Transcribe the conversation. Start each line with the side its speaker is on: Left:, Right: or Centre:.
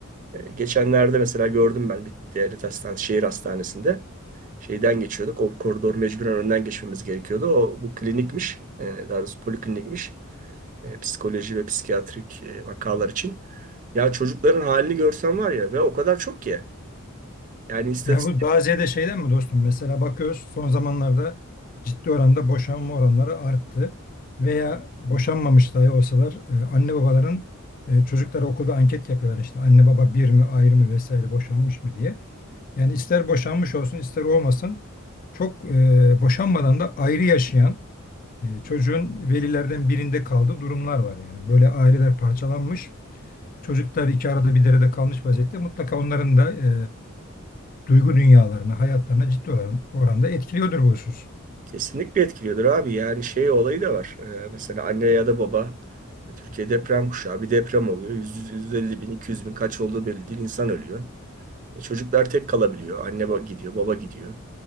Right: geçenlerde mesela gördüm ben bir devlet hastanesi, şehir hastanesinde şeyden geçiyorduk. O koridor mecburen önden geçmemiz gerekiyordu. O bu klinikmiş. E, daha doğrusu poliklinikmiş e, psikoloji ve psikiyatrik e, vakalar için. Ya çocukların halini görsen var ya ve o kadar çok ki. Yani istatistik
Left: Ya bu daha şeyden mi dostum? Mesela bakıyoruz son zamanlarda ciddi oranda boşanma oranları arttı. Veya boşanmamış dahi olsalar e, anne babaların e, çocuklara okulda anket yapıyorlar işte. Anne baba bir mi ayrı mı vesaire boşanmış mı diye. Yani ister boşanmış olsun ister olmasın çok e, boşanmadan da ayrı yaşayan e, çocuğun velilerden birinde kaldığı durumlar var. Yani böyle aileler parçalanmış. Çocuklar iki arada bir derede kalmış vaziyette. Mutlaka onların da e, duygu dünyalarına, hayatlarına ciddi oran- oranda etkiliyordur bu husus.
Right: kesinlikle etkiliyordur abi. Yani şey olayı da var. E, mesela anne ya da baba e, Türkiye deprem kuşağı bir deprem oluyor. 100, 150 bin, 200 bin kaç olduğu belli değil. İnsan ölüyor. E, çocuklar tek kalabiliyor. Anne ba- gidiyor, baba gidiyor.